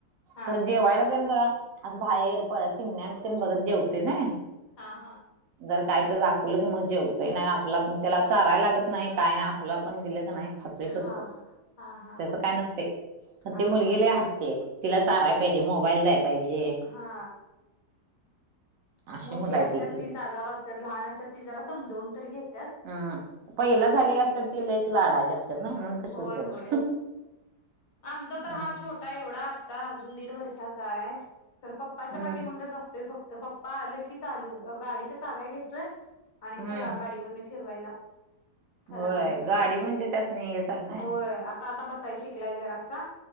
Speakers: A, on the left; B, on the right.
A: हा
B: खरं जेवायलाच ना असं बाहेर प चिमण्या त्यांनी बघत जेवते ना
A: हा हा
B: जर काय तर दाखवलं की मग जेवतोय नाही आपला पण त्याला चाराय लागत नाही काय नाही आपला पण दिलं नाही खात असतो
A: हा हा हा हा
B: त्याच काय नसते पण
A: हा
B: ते मुलगीला हाटते तिला चााराय पाहिजे मोबाईल द्याय पाहिजे
A: हा
B: अशी
A: मोठी
B: मुलं आहेत
A: असतात
B: एक एक.
A: तीच आगाव असतात लहान असतात ती जरा समजवून तर घेतात
B: ह पहिला झालेले असतात ती लईच लाडाचे असतात ना मण तसे
A: होय
B: होत्यात
A: होय आमचा तर
B: हम्म
A: हा छोट ा एवढा आता अजून दीड वर्षाचा आहे ख पप्पाच्या
B: हम्म
A: पाठी मगच असतोय फक्त प् आलं की चालू गाडीच्या चाव्या घेतोय आणि
B: हम्म
A: चला गाडीवर फिरवायला चला
B: होय
A: म्हणत
B: गाडी
A: फक्त
B: म्हणजे त्यासनी हेच आहे ना.
A: होय आता आता बसाय शिकलाय जरा असं